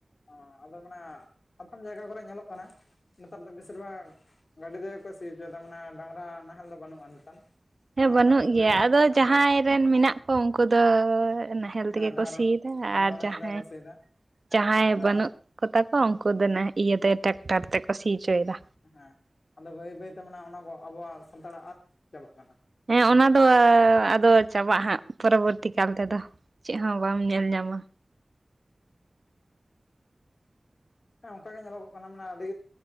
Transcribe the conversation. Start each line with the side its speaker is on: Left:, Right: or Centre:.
Left: ᱚᱸ ᱟᱫᱚ ᱢᱟᱱᱮ ᱟᱛᱷᱟᱱ ᱡᱟᱭᱜᱟ ᱠᱚᱨᱮ ᱧᱮᱞᱚᱜ ᱠᱟᱱᱟ ᱱᱮᱛᱟᱨ ᱫᱚ ᱵᱮᱥᱤᱨ ᱵᱷᱟᱜᱽ ᱜᱟᱹᱰᱤ ᱛᱮᱜᱮ ᱠᱚ ᱥᱤ ᱦᱚᱪᱚᱭ ᱢᱟᱱᱮ ᱰᱟᱝᱨᱟ ᱱᱟᱦᱮᱞ ᱫᱚ ᱵᱟᱹᱱᱩᱜᱼᱟ ᱱᱮᱛᱟᱨ᱾
Right: ᱦᱮᱸ
Left: ᱢᱟᱱᱮ
Right: ᱵᱟᱹᱱᱩᱜ
Left: ᱚᱱᱟ ᱠᱚᱫᱚ
Right: ᱜᱮᱭᱟ
Left: ᱵᱟᱹᱭ ᱵᱟᱹᱭ
Right: ᱟᱫᱚ ᱡᱟᱦᱟᱸᱭ
Left: ᱵᱟᱹᱭ
Right: ᱨᱮᱱ ᱢᱮᱱᱟᱜ ᱠᱚ ᱩᱱᱠᱩ ᱫᱚ ᱱᱟ ᱦᱮᱞ ᱛᱮᱜᱮ
Left: ᱦᱮᱸ ᱰᱟᱝᱨᱟ
Right: ᱠᱚ ᱥᱤᱭ ᱫᱟ
Left: ᱰᱟᱝᱨᱟ
Right: ᱟᱨ
Left: ᱱᱟᱦᱮᱞ
Right: ᱡᱟᱦᱟᱸᱭ
Left: ᱛᱮᱜᱮ ᱠᱚ ᱥᱤᱭᱮᱫᱟ
Right: ᱡᱟᱦᱟᱸᱭ
Left: ᱵᱟᱠᱷᱟᱱ ᱫᱚ
Right: ᱵᱟᱹᱱᱩᱜ ᱠᱚᱛᱟ ᱠᱚᱣᱟ ᱩᱱᱠᱩ ᱫᱚ ᱱᱟ ᱤᱭᱟᱹᱛᱮ ᱴᱮᱠᱴᱟᱨ ᱛᱮᱠᱚ ᱥᱤ ᱚᱪᱚᱭᱮᱫᱟ᱾
Left: ᱦᱮᱸ ᱟᱫᱚ ᱵᱟᱹᱭ ᱵᱟᱹᱭᱛᱮ ᱢᱟᱱᱮ ᱚᱱᱟ ᱠᱚ ᱟᱵᱚᱣᱟᱜ ᱥᱟᱱᱛᱟᱲᱟᱜ ᱟᱫ ᱪᱟᱵᱟᱜ ᱠᱟᱱᱟ᱾
Right: ᱦᱮᱸ ᱚᱱᱟ ᱫᱚ ᱟᱫᱚ ᱪᱟᱵᱟᱜ-ᱟ ᱦᱟᱸᱜ ᱯᱚᱨᱚᱵᱚᱨᱛᱤ ᱠᱟᱞ ᱛᱮᱫᱚ᱾ ᱪᱮᱫ ᱦᱚᱸ ᱵᱟᱢ ᱧᱮᱞ ᱧᱟᱢᱟ᱾
Left: ᱟᱫᱚ ᱚᱱᱠᱟ ᱜᱮ ᱧᱮᱞᱚᱜᱚᱜ ᱠᱟᱱᱟ ᱢᱟᱱᱮ ᱟᱹᱰᱤ